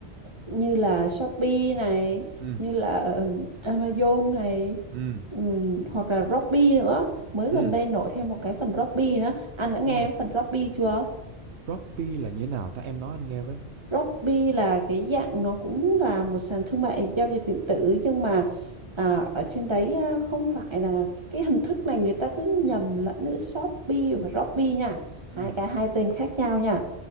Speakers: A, on the right (about 25°); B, on the right (about 80°).
A: như là Shopee này
B: ừ
A: như là ừm, Amazon này
B: ừ
A: ừm, hoặc là Robby nữa mới
B: ừ
A: gần đây nổi thêm một cái phần Robby nữa anh đã
B: ừ
A: nghe phần Robby chưa
B: Droppy là như thế nào ta em nói anh nghe với
A: Robby là cái dạng nó cũng là một sàn thương mại giao dịch điện tử nhưng mà à, ở trên đấy à, không phải là cái hình thức này người ta cứ nhầm lẫn giữa Shopee và Robby nha hai
B: ừ
A: cái hai tên khác nhau nha